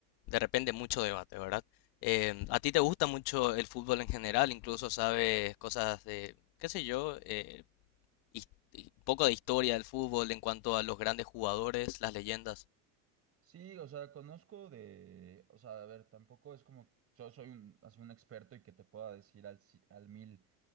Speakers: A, on the left; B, on the right.
A: de repente mucho debate, ¿verdad? Em, a ti te gusta mucho el fútbol en general, incluso sabes cosas de, qué sé yo, eh, his- y un poco de historia del fútbol en cuanto a los grandes jugadores, las leyendas.
B: Sí, o sea, conozco de, o sea, a ver, tampoco es como, yo soy un, así un experto y que te pueda decir al, ci- al mil